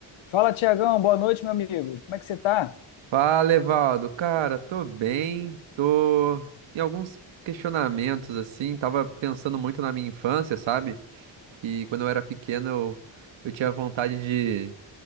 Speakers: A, on the left (about 80°); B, on the right (about 75°).
A: Fala, Tiagão, boa noite, meu amigo. Como é que você tá?
B: Fala, Evaldo. Cara, tô bem, tô em alguns questionamentos, assim, tava pensando muito na minha infância, sabe? Que quando eu era pequeno eu, eu tinha vontade de,